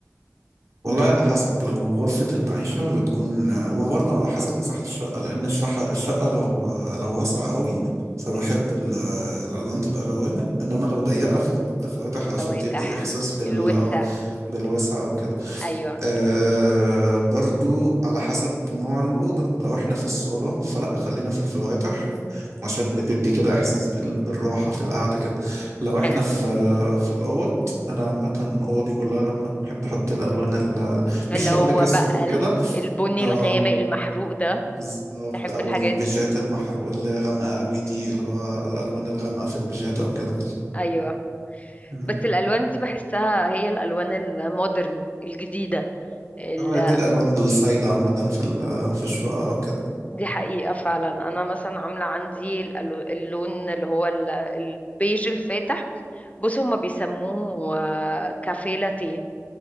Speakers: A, on the right (about 65°); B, on the left (about 25°).
A: والله على حسب لو غرفة المعيشة بتكون وبرضه على حسب مساحة الشقة لأن الشقة الشقة لو لو واسعة قوي فبحب
B: مم.
A: ال- الألوان تبقى غوامق إنما لو ضيقة فبنحط فواتح علشان
B: فواتح
A: تدي إحساس بال
B: الوسع
A: آه، بالواسع أو كده
B: أيوة
A: آه برضو على حسب نوع الأوضة لو احنا في الصالة فلا خلينا في الفواتح عشان بتدي كده إحساس بال... بالراحة في القعدة كده لو احنا
B: حلو
A: في في الأوض أنا عامة أوضي كلها بحب أحط الألوان ال...
B: اللي
A: مش
B: هو
A: هقولك أسود
B: بقى
A: وكده
B: ال- البني
A: اه
B: الغامق المحروق ده
A: بالظبط
B: تحب
A: أو
B: الحاجات
A: البيجات
B: دي
A: المحروق اللي هي غامقة أوي دي اللي هو الألوان الغامقة في البيجات أو كده
B: أيوة
A: مم.
B: بس الألوان دي بحسها هي الألوان المودرن الجديدة ال-
A: اه دي الألوان السايدة عامة في ال... في الشقة أو كده
B: دي حقيقة فعلا أنا مثلا عاملة عندي الألو- اللون اللي هو ال- البيج الفاتح بص هما بيسموه آه، كافيه لاتيه